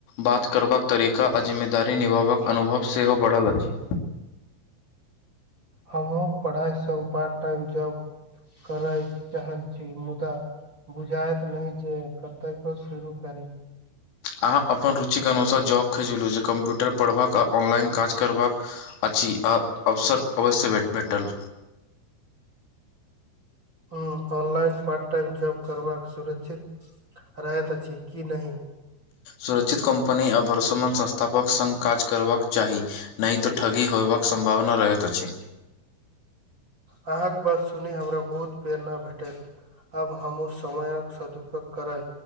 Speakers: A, on the left (about 80°); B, on the right (about 30°).
A: बात करबाक तरीका आजीमे दारी निभावक अनुभव सेहो बढ़ल अछि
B: हमहुँ पढ़ाईसँ पार्ट टाइम जॉब करय चाहै छी मुदा बुझायत नै जे कतय ह शुरू करी
A: अहाँ अपन रुचिक अनुसार जॉब खलो छी कम्प्यूटर पढ़बाक आ ऑनलाइन काज करबाक अछि आ अवसर अवश्य भेटल
B: हू ऑनलाइन पार्ट टाइम जॉब करबाक सुरक्षित रहैत अछि कि नै
A: सुरक्षित कम्पनी आ भरसमान संस्थापक सङ्ग काज करबाक चाही नहि तऽ ठगी होयबक सम्भावना रहैत अछि
B: अहाँके बात सुनी हमरा बहुत प्रेरणा भेटैत अब हमू समयक सदुपयोग करै